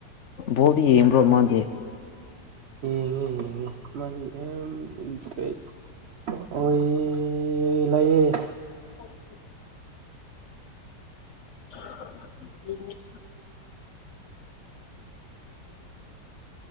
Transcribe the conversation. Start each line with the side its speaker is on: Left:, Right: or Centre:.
Left: ꯕꯣꯜꯗꯤ ꯌꯦꯡꯕ꯭ꯔꯣ ꯃꯥꯥꯗꯤ
Right: ꯌꯦꯡꯉꯦ ꯌꯦꯡꯉꯦ ꯃꯥꯗꯤ ꯌꯥꯝ ꯏꯟꯇꯔꯦꯁ ꯑꯣꯏꯌꯦ ꯂꯩꯌꯦ
Left: <unintelligible> <unintelligible>